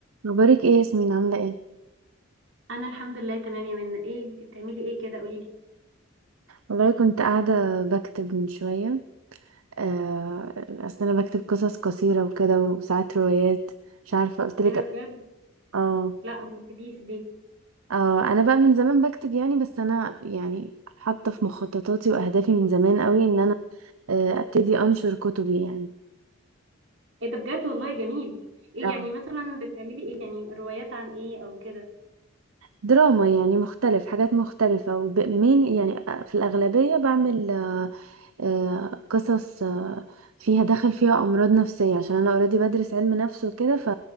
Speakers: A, on the right; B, on the right.
A: اخبارك ايه يا ياسمين عامله ايه
B: انا الحمد لله تمام يا منى ايه انت بتعملي ايه كده قولي لي
A: والله كنت قاعده بكتب من شويه آه، اصل انا بكتب قصص قصيره وكده وساعات روايات مش عارفه قلت لك
B: ايه ده بجد
A: اه
B: لا ما قلتليش دي
A: اه انا بقى من زمان بكتب يعني بس انا يعني حاطه في مخططاتي واهدافي من زمان قوي ان انا آه، ابتدي انشر كتبي يعني
B: ايه ده بجد والله جميل ايه
A: آه.
B: يعني مثلا بتعملي ايه يعني روايات عن ايه او كده
A: دراما يعني مختلف حاجات مختلفه ومين يعني آه، في الاغلبيه بعمل آه، قصص آه، فيها دخل فيها امراض نفسيه عشان انا اوريدي بدرس علم نفس وكده ف